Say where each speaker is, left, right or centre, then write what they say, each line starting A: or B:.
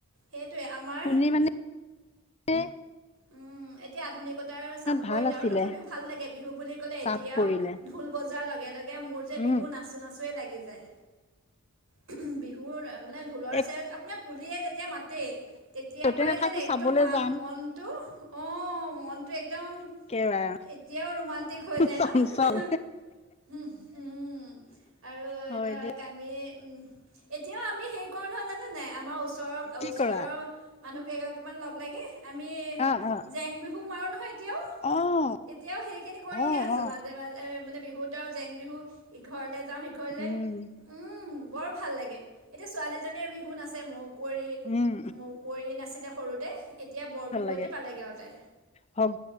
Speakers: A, on the right; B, on the left.
A: সেইটোৱে আমাৰ
B: শুনি মানে এ
A: উম, এতিয়া আধুনিকতাৰ চাপ
B: ভাল
A: পৰিল
B: আছিলে
A: আৰু তথাপিও ভাল লাগে বিহু বুলি ক'লে
B: চাপ
A: এতিয়াও
B: পৰিলে
A: ঢোল বজাৰ লগে -লগে মোৰ যে
B: উম
A: বিহু নাচোঁ- নাচোঁৱে লাগি যায়। <unintelligible> বিহুৰ মানে ঢোলৰ
B: এক
A: চেওত আপোনাৰ কুলিয়ে যেতিয়া মাতে তেতিয়াৰ
B: য'তে
A: পৰাই
B: নাথাকো
A: যেন একদম
B: চাবলৈ
A: আ
B: যাম
A: মনটো অ, মনটো একদম
B: একেবাৰে
A: এতিয়াও ৰোমাণ্টিক হৈ যায়
B: চঞ্চল
A: ন' <unintelligible> হু-হুম আৰু
B: হয়
A: ধৰক
B: দে
A: আমি উম, এতিয়াও আম আমি সেই কৰোঁ নহয় জানে নাই? আমাৰ ওচৰ-
B: কি
A: ওচৰৰ
B: কৰা
A: মানুহ কেইগৰাকীমান লগলাগি আ আমি
B: অ অ
A: জেং বিহু মাৰোঁ নহয় এতিয়াও।
B: অ',
A: এতিয়াও সেইখিনি কৰিয়ে
B: অ
A: আছোঁ
B: অ
A: মাজে- মাজে মানে বিহুত আৰু জেং বিহু ইঘৰলে যাওঁ সিঘৰলে
B: উম
A: উম, বৰ ভাল লাগে এতিয়া ছোৱালীজ এ বিহু নাছে মওকুঁৱৰী-
B: উম
A: মওকুঁৱৰী নাছিলে সৰুতে এতিয়া বৰ
B: ভাল
A: বিহুৱতী
B: লাগে
A: পালেগে আও তাই
B: হওক